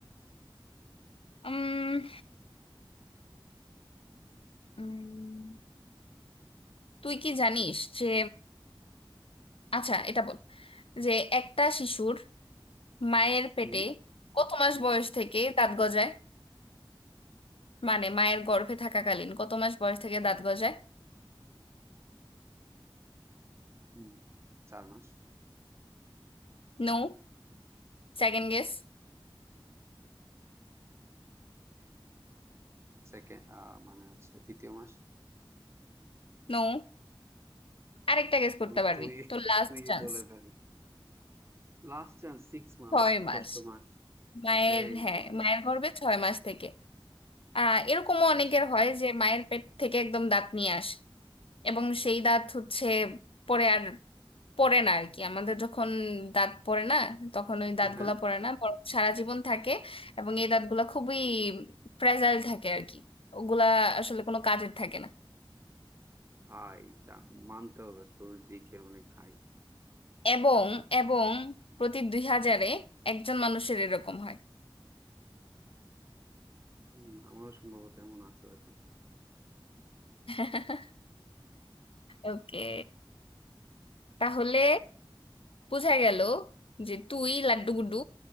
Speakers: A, on the left (about 85°); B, on the right (about 30°).
A: উম, উম, তুই কি জানিস যে আচ্ছা এটা বল যে একটা শিশুর মায়ের পেটে
B: হুম
A: কত মাস
B: হুম
A: বয়স থেকে দাঁত গজায় মানে মায়ের গর্ভে থাকাকালীন কত মাস বয়স থেকে দাঁত গজায়
B: হুম, চার মাস
A: No second guess
B: সেকেন্ড মানে হচ্ছে তৃতীয় মাস
A: নো আরেকটা গেস
B: বলো
A: করতে পারবি
B: তুই
A: তো লাস্ট
B: তুই
A: চান্স
B: বলে ফেল Last chance সিক্স মান্থ
A: ছয় মাস
B: ষষ্ঠ মাস
A: মায়ের
B: এই
A: হ্যাঁ
B: তো হয়েছে
A: মায়ের গর্ভে ছয় মাস থেকে আহ এরকমও
B: আচ্ছা
A: অনেকের
B: আচ্ছা
A: হয় যে মায়ের পেট থেকে একদম দাঁত নিয়ে আসে এবং সেই দাঁত হচ্ছে পরে আর পড়ে না আর কি আমাদের যখন দাঁত পড়ে না তখন ওই
B: হ্যাঁ
A: দাঁতগুলা
B: হ্যাঁ।
A: পড়ে না বরং সারা জীবন থাকে এবং এই দাঁতগুলা খুবই ফ্রেজাইল থাকে আর কি ওগুলা আসলে কোনো কাজের থাকে না
B: ভাই যা মানতে হবে তোর জিকে অনেক হাই
A: এবং এবং প্রতি দুই হাজারে একজন মানুষের এরকম হয়
B: হম আমারও সম্ভবত এমন আছে হয়তো
A: <laughs> ওকে তাহলে বোঝা গেল যে তুই লাড্ডু গুড্ডু